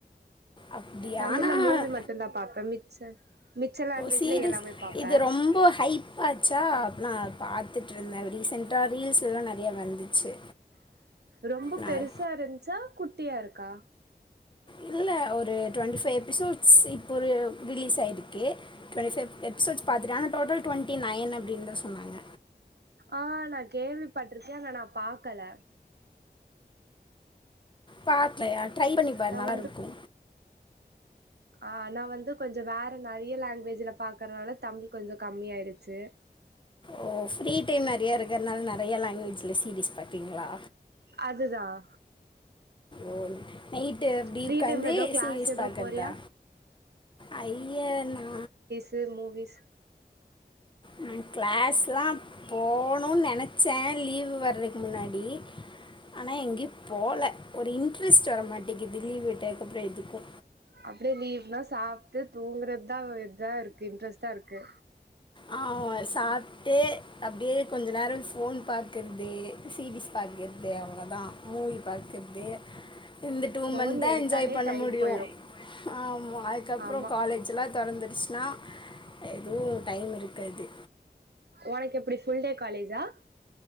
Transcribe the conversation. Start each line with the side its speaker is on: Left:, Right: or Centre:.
Left: அப்படியா
Right: தமிழ்ல
Left: ஆனால்
Right: மூவி மட்டுந்தா பாப்பே மிச்ச மிச்ச லாங்குவேஜ்ல
Left: சீரிஸ்
Right: எல்லாமே பாப்பே
Left: இது ரொம்ப ஹைப் பச்சா அப்பு நா பாத்துட்டருந்தே ரீசெண்ட்டா ரீல்ஸ்ல்லா நெறையா வந்துச்சு
Right: ரொம்ப
Left: நான்
Right: பெருசா இருச்சா குட்டியா இருக்கா
Left: இல்ல ஒரு டொண்ட்டி ஃபைவ் எபிசோட்ஸ் இப்போது ரிலீஸ் ஆயிருக்கு டுவெண்டிஃபை எபிசோஸ் பார்த்துட்டே ஆனா டோல் டுவெண்டி நைன் அப்டினுதா சொன்னாங்க
Right: ஆ நா கேள்விப்பட்ருக்கேனா ஆனா நா பாக்கல
Left: பாக்லயா ட்ரை பண்ணிப்பாரு
Right: நா
Left: நல்லாருக்கு
Right: வந்து ஆ ஆனா வந்து கொஞ்சோ வேற நெறைய லாங்குவேஜ்ல பாக்றதுனால தமிழ் கொஞ்சோ கம்மி ஆயிடுச்சு
Left: ஓ ஃப்ரீ டைம் நெறையா இருக்கிறனால நெறைய லேங்குவேஜில் சீரீஸ் பாப்பீங்களா
Right: அதுதான்
Left: ஓ நைட்டு அப்டி
Right: ஃப்ரீ
Left: ஒக்காந்து
Right: டைம்ல ஏதோ
Left: வேப்
Right: கிளாஸ்
Left: சீரிஸ்
Right: ஏதோ
Left: பாக்றதா
Right: போறியா
Left: அய்ய நா
Right: தே மூவீஸ்
Left: நா கிளாஸ்லா போணு நெனச்சே லீவ் வர்றதுக்கு முன்னாடி ஆனா எங்கேயு போல ஒரு இன்ட்ரெஸ்ட் வர மாட்டேங்கிது லீவ்விட்டதுக்கப்றோ எதுக்கு
Right: அப்டியே லீவ்னா சாப்ட்டு தூங்றதுதா இதா இருக்கு இன்ட்ரெஸ்டா இருக்கு
Left: அ சாப்ட அப்டியே கொஞ்ச நேரோ ஃபோன் பாக்கறது சீரிஸ் பார்க்றது அவ்ளோதா மூவி பாக்றது இந்த டூ
Right: ஃபோன்
Left: மந்த் தா
Right: எடுத்தாலே
Left: என்ஜாய் பண்ண
Right: டைம்
Left: முடியு
Right: போயிரு
Left: ஆமா அதுக்கப்றோ
Right: ஆமா
Left: காலேஜ் ச்சலா தொரந்துடுச்சுனா எதுவு டைம் இருக்காது
Right: உனக்கு எப்படி ஃபுல் டே காலேஜா